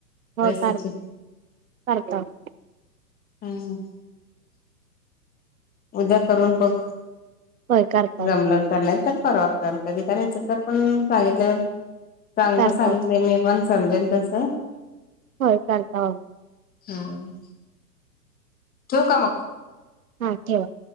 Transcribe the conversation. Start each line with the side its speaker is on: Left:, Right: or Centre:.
Right: हो
Left: रेसिपी
Right: करत, करतो ह.
Left: हम्म. उद्या करून बघ.
Right: होय करता
Left: जमलं तर नाही तर परवा कर कधी करायचं तर पण सांगितलेल चांगलं
Right: करता
Left: सांगितलंय मी पण समजेल तसं.
Right: होय करता हो.
Left: हम्म, ठेऊ का मग?
Right: हा ठेवा.